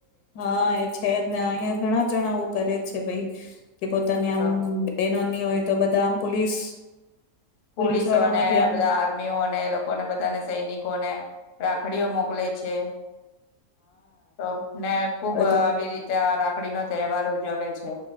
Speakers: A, on the left; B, on the left.
A: હા એ છે જ ને અહિયાં ઘણા જણા આવું કરે જ છે ભાઈ કે પોત તને આમ
B: તો
A: નાની હોય તો બધા આમ પોલીસ પોલીસ
B: પોલીસોને
A: વાળાના ભી આમ
B: બધા આર્મીઓને એ લોકોને બધાને સૈનિકોને રાખડીઓ મોકલે છે. તો ને ખુબ
A: હવે તો
B: આવી રીતે આ રાખ રાખડીનો તહેવાર ઉજવે છે.